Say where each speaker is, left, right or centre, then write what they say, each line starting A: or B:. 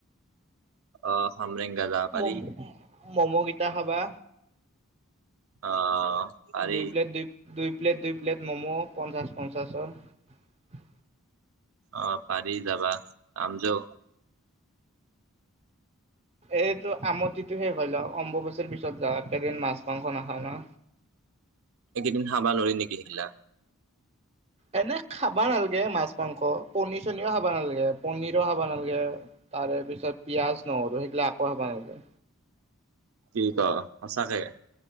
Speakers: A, on the right; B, on the right.
A: অ হমৰিং যাব পাৰি।
B: মম ম'ম'কেইটা খাবা।
A: অ। পাৰি
B: দুই প্লেট দুই দুই। প্লেট দুই প্লেট ম'ম' পঞ্চাছ পঞ্চ তাৰছত
A: অ পাৰি যাবা আম যও।
B: এইটো আমঠিটো শেষ হয় লক অম্বুবচিৰ পিছত যাওঁ একেদিন মাছ মাংস নাখাও ন।
A: একেদিন খাবা নৰি নেকি কেলা।
B: এনে খাবা নালাগে মাছ মাংস পনিৰ চনীও খাব নালাগে পনিৰো খাব নালাগে তাৰে পিছত পিয়াজ নহৰু সেইবিলাক আকো খাব নালাগে।
A: ঠিক আ আছা কেই।